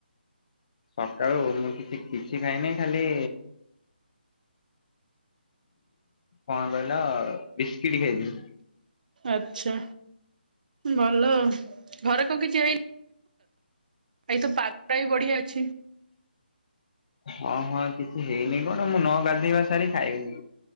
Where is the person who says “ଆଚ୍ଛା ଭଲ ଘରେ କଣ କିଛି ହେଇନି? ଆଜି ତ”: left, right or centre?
Right